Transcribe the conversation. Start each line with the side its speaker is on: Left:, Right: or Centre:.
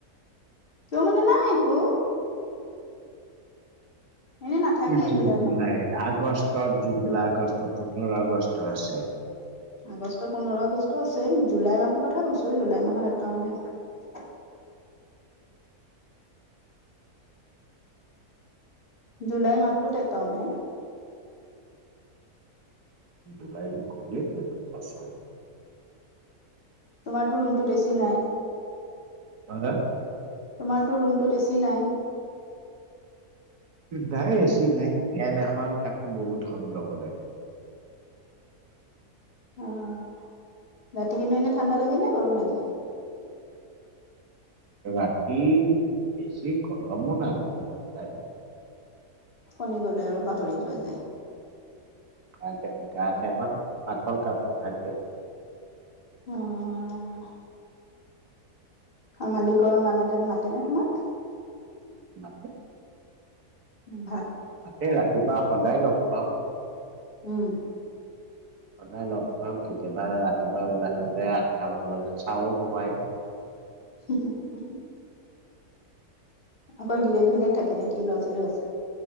Left: কিয় মানে নাই একো। এনে নাথাকেই
Right: জুন! জুলাই
Left: মাহত।
Right: আগষ্টত, জুন জুলাই আগষ্টত পোন্ধৰ আগষ্ট আছে।
Left: অহঁ। <unintelligible> আগষ্টৰ পোন্ধৰ আগষ্ট আছে জুলাই মাহৰ কথা কৈছো জুলাই মাহত এটাও। <inaudible> জুলাইৰ মাহটোত এটাও নাই।
Right: দুলাই ঘলে তেটা পচন্দ <unintelligible>
Left: তোমাৰটো ৰুম। বেছি নাই
Right: হা
Left: তোমাৰটো ৰুমটোত বেছি নাই।
Right: নাই বছি, নাই ফেন এখন তাকো বহুত শব্দ কৰে।
Left: অঁ। ৰাতি কিন্তু এনে ঠাণ্ডা লাগে নে গৰম লাগে
Right: ৰাতি বেছি গৰমো নালাগে ঠাণ্ডাই লাগে।
Left: টোপনি গলে আৰু পাহৰি যোৱা যায়।
Right: গাতে গাত এখন পাতল কাপোৰ থাকে।
Left: অহঁ। আহ মালিকৰ মানুহজনে মাতেনে তোমাক?
Right: <unintelligible>
Left: উম।
Right: মাতে, ৰাতিপুৱা সদায় লগ পাওঁ।
Left: উম।
Right: সদায় লগ পাওঁ কেতিয়াবা ৰাতিপুৱা ওলাই গলে আঠটামান বজাত চাও খুৱাই।
Left: হম হম। অকল গীৰে ঘণীয়ে থাকে নেকি ল'ৰা ছোৱালীও আছে।